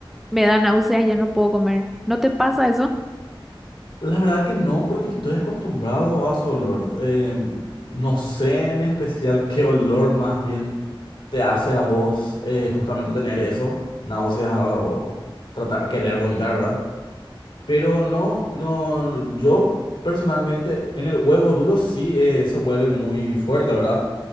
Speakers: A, in the centre; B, on the left (about 65°).
A: me da náuseas, ya no puedo comer. ¿No te pasa eso?
B: La verdad que no, porque estoy acostumbrado a su olor. Eh, no sé en especial qué olor más bien te hace a vos eh, justamente tener eso, náuseas o tratar, querer vomitar, ¿verdad? Pero no, no, yo personalmente en el huevo duro sí eh, se huele muy fuerte, ¿verdad?